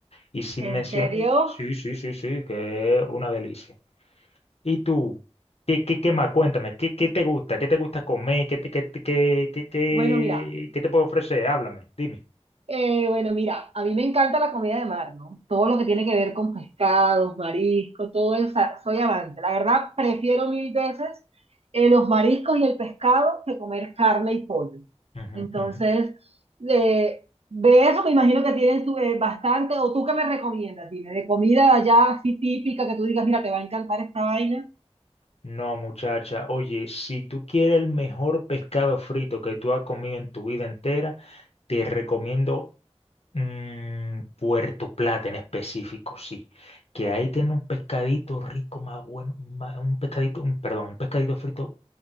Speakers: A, on the left; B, on the right.
A: Y sin
B: ¿En
A: mencionar,
B: serio?
A: sí, sí, sí, sí, que es una delicia. ¿Y tú? ¿Qué, qué, qué más? Cuéntame, ¿qué, qué te gusta? ¿Qué te gusta comer? ¿Qué te, qué, te- qué, qué, qué,
B: Bueno, mira,
A: qué te puedo ofrecer? Háblame, dime.
B: Eh, bueno, mira, a mí me encanta la comida de mar, ¿no? Todo lo que tiene que ver con pescados, mariscos, todo eso, o sea, soy amante. La verdad, prefiero mil veces eh, los mariscos y el pescado que comer carne y pollo.
A: Ujú,
B: Entonces,
A: ujú.
B: eh, de eso me imagino que tienen su- eh, bastante. ¿O tú qué me recomiendas? Dime, de comida de allá así típica que tú digas, mira, te va a encantar esta vaina.
A: No, muchacha, oye, si tú quieres el mejor pescado frito que tú has comido en tu vida entera, te recomiendo Mm, Puerto Plata en específico, sí. Que ahí tiene un pescadito rico más bueno, ma- un pescadito, un, perdón, un pescadito frito